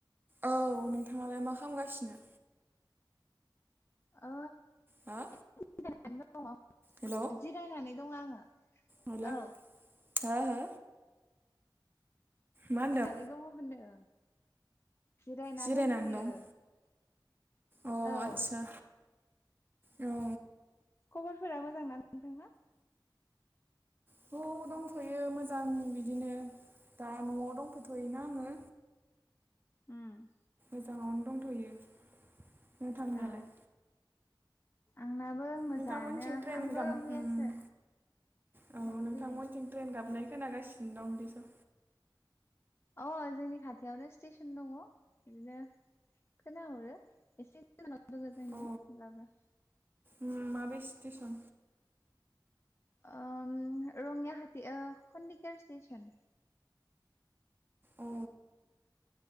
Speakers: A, on the right (about 25°); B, on the left (about 30°).
A: औ नोंथांङालाय मा खामगासिनो?
B: ओ
A: हो
B: <unintelligible>
A: हेलौ
B: जिरायनानै दङ आङो।
A: हेलौ
B: औ
A: हो हो मा
B: जिरायनानै
A: होनदों
B: दङ होनदों। जिरायना
A: जिरायनानै
B: दंथ'यो
A: दं अ
B: औ
A: आदसा औ
B: खबरफोरा मोजां ना नोंथांना?
A: थ दंथ'यो मोजां बिदिनो दा न'आव दंफैथ'योना आङो।
B: उम
A: मोजाङावनो दंथ'यो। नोंथांनियालाय
B: अ आंनाबो मोजांआनो
A: नोंथांमोनथिं ट्रेन
B: आंबो
A: गाम
B: मैयासो
A: उम औ
B: न'आव
A: नोंथांमोनथिं
B: फैदों।
A: ट्रेन गाबनाय खोनागासिनो दं बिस स'
B: अ जोंनि खाथियावनो स्टेसन दङ बिदिनो खोनाहरो एसे गोजानाव दोङो जोंनि
A: अ
B: होमब्लाबो
A: उम माबे स्टेसन?
B: ओम रङिया हाथि ओ खन्दिकर स्टेसन।
A: अ